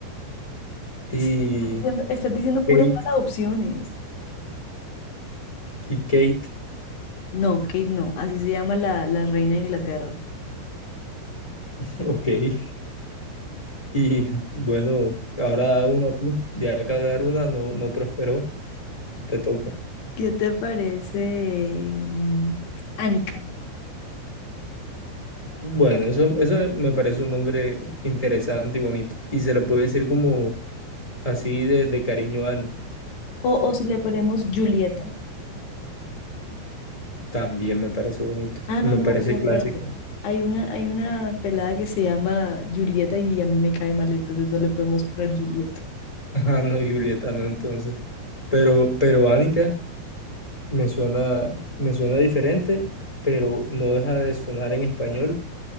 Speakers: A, on the left (about 15°); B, on the left (about 60°).
A: Y
B: sí, estás diciendo, estás diciendo puras
A: Kate,
B: malas opciones.
A: y Kate,
B: No, Kate, no, así se llama la, la reina de Inglaterra.
A: <laughs> ok. Y bueno, ahora una tú. Ya cagar una no, no prosperó, te toca.
B: ¿Qué te parece, mm, Annika?
A: Bueno, eso, eso me parece un nombre interesante y bonito. Y se le puede decir como así de, de cariño a Annie.
B: O, o si le ponemos Julieta.
A: También me parece bonito.
B: Ah,
A: Me
B: no, no,
A: parece
B: pero
A: clásico.
B: espérate. Hay una, hay una pelada que se llama Julieta y a mí me cae mal, entonces no le podemos poner Julieta.
A: Ah, no, Julieta, no, entonces. Pero, pero Ánica me suena, me suena diferente, pero no deja de sonar en español